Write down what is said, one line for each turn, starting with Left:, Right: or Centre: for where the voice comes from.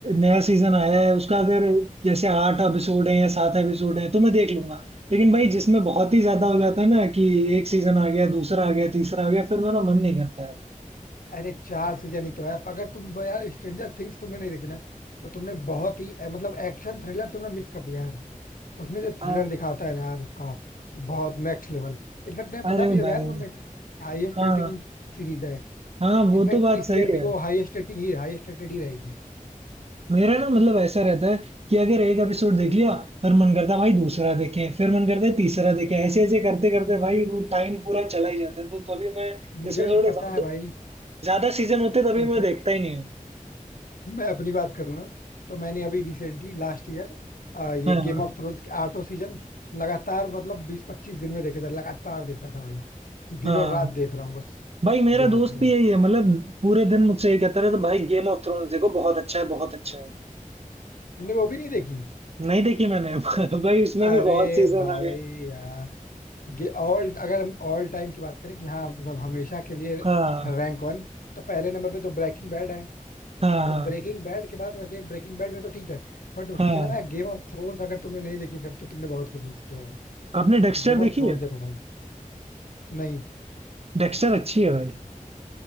Right: नया सीजन आया है उसका अगर जैसे आठ एपिसोड है या सात एपिसोड है तो मैं देख लूंगा लेकिन भाई जिसमें बहुत ही ज्यादा हो जाता है ना कि एक सीजन आ गया दूसरा आ गया तीसरा आ गया फिर मेरा मन नहीं करता है
Left: अरे चार सीजन ही तो है अगर तुम यार स्ट्रेंजर थिंग्स तुमने नहीं देखी ना तो तुमने बहुत ही अ, मतलब एक्शन थ्रिलर तुमने मिस कर दिया यार उसमें जो थ्रिलर
Right: अ-
Left: दिखाता है ना यार उसका बहुत नेक्स्ट लेवल इनफैक्ट तुम्हें
Right: अरे
Left: पता भी होगा
Right: भाई
Left: यार वो हाईएस्ट
Right: हाँ
Left: रेटिंग सीरीज है
Right: हाँ वो
Left: इनफैक्ट
Right: तो बात
Left: इस
Right: सही
Left: ईयर भी
Right: है
Left: वो हाईएस्ट रेटिंग ही हाईएस्ट रेटेड ही रहेगी
Right: मेरा ना मतलब ऐसा रहता है कि अगर एक एपिसोड देख लिया पर मन करता है भाई दूसरा देखें फिर मन करता है तीसरा देखें ऐसे ऐसे करते करते भाई वो टाइम पूरा चला ही जाता है तो तभी मैं
Left: मुझे
Right: इसमें
Left: भी
Right: थोड़े
Left: पता
Right: ज्यादा
Left: है भाई
Right: ज्यादा सीजन होते तभी
Left: इनफैक्ट
Right: मैं देखता ही नहीं हूँ
Left: मैं अपनी बात करूँ ना तो मैंने अभी रिसेंटली लास्ट ईयर ये
Right: हाँ
Left: गेम ऑफ थ्रोन्स के आठों सीजन लगातार मतलब बीस पच्चीस दिन में देखे थे लगातार देखता था भाई दिनों
Right: हाँ
Left: रात देख रहा हूँ बस
Right: भाई मेरा
Left: Game
Right: दोस्त
Left: of Thrones
Right: भी यही है मतलब पूरे दिन मुझसे यही कहता रहता है भाई गेम ऑफ थ्रोन्स देखो बहुत अच्छा है बहुत अच्छा है
Left: तुमने वो भी नहीं देखी
Right: नहीं देखी मैंने <laughs> भाई उसमें
Left: अरे
Right: भी बहुत सीजन
Left: भाई
Right: आ गए
Left: यार ये ऑल अगर हम ऑल टाइम की बात करें कि हाँ मतलब हमेशा के लिए
Right: हाँ
Left: रैंक वन तो पहले नंबर पे तो ब्रेकिंग बैड है
Right: हाँ
Left: तो ब्रेकिंग बैड के बाद वैसे ब्रेकिंग बैड में तो ठीक है बट उसके
Right: हाँ हाँ
Left: अलावा गेम ऑफ थ्रोन्स अगर तुमने नहीं देखी फिर तो तुमने बहुत कुछ मिस किया है
Right: आपने डेक्स्टर
Left: गेम
Right: देखी
Left: ऑफ थ्रोन्स
Right: है
Left: देखो भाई नहीं
Right: डेक्स्टर अच्छी है भाई